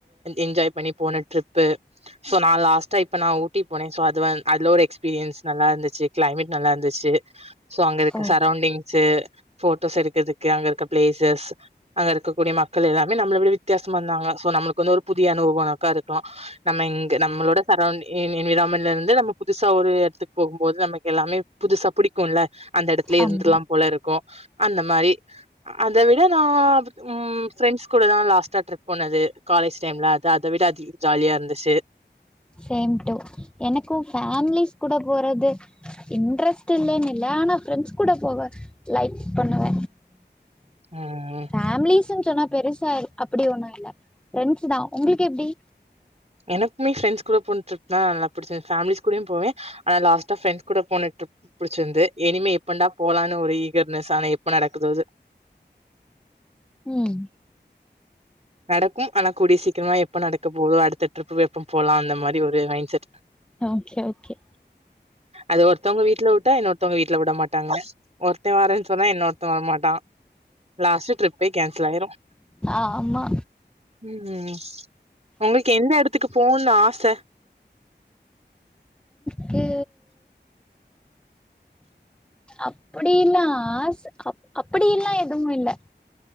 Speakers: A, on the right; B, in the centre.
A: என்ஜாய் பண்ணி போன ட்ரிப் சோ நா லாஸ்ட்டா இப்ப நான் ஊட்டி போனேன் சோ அது அதுல ஒரு எக்ஸ்பீரியன்ஸ் நல்லா இருந்துச்சு கிளைமேட் நல்லா இருந்துச்சு சோ அங்க இருக்க
B: ஓ
A: சரவுண்டிங்ஸு போட்டோஸ் எடுக்கறிறதுக்கு அங்க இருக்க பிளேசஸ் அங்க இருக்கக்கூடிய மக்கள் எல்லாமே நம்மள எப்படி வித்தியாசம் வந்தாங்க சோ நம்மளுக்கு வந்து ஒரு புதிய அனுபவம்மேக்கா இருக்கலாம் நம்ம இங்க நம்மளோட சரௌண்ட என்விரான்மெண்ட்ல இருந்து நம்ம புதுசா ஒரு இடத்துக்கு போகும் போது நமக்கு எல்லாமே புதுசா புடிக்கும்ல அந்த இடத்துல இருந்துலா
B: ஆமா
A: போல இருக்கும் அந்த மாரி அத விட நா உம் ஃப்ரெண்ட்ஸ் கூடதா லாஸ்டா ட்ரிப் போனது காலேஜ் டைம்ல அது அத விட அதிகம் ஜாலியா இருந்துச்சு
B: சேம் டு எனக்கும் ஃபேம்லிஸ் கூட போறது இன்ட்ரெஸ்ட் இல்லன்னு இல்ல ஆனா ஃப்ரெண்ட்ஸ் கூட போவ லைக் பண்ணுவ
A: ம்
B: ஃபேமிலீஸ்ன்னு சொன்னா பெருசா அப்டி ஒண்ணும் இல்ல ஃப்ரெண்ட்ஸ் தா உங்ளுக்கு எப்டி
A: எனக்குமே ஃப்ரெண்ட்ஸ் கூட போன ட்ரிப் தா நல்லா புடிச்சிருந் ஃபேமிலிஸ் கூடயு போவே ஆனா லாஸ்டா ஃப்ரண்ட்ஸ் கூட போன ட்ரிப் புட்ச்சிர்ந்து இனிமே எப்பண்டா போலான்னு ஒரு ஈகர்னஸ் ஆனா எப்ப நடக்குதோ அது
B: உம்
A: நடக்கும் ஆனா கூடிய சீக்கிரமா எப்ப நடக்க போதோ அடுத்த ட்ரிப்பு எப்போ போலாம் அந்த மாரி ஒரு மைண்ட் செட்
B: ஓகே ஓகே
A: அது ஒருத்தவங்க வீட்ல வுட்டா இன்னொருத்தங்க வீட் ல விட மாட்டாங்க ஒருத்த வரேன் சொன்னா இன்னொருத்தன் வரமாட்டா லாஸ்ட்டு ட்ரிப்பே கேன்சல் ஆயிரும்
B: ஆமா
A: உம் ஒங்கள்க்கு எந்த எடத்துக்கு போணும்னு ஆச
B: க்கு அப்பிடி ல்லா ஆச அப்படி ல்லா எதுவுமே இல்ல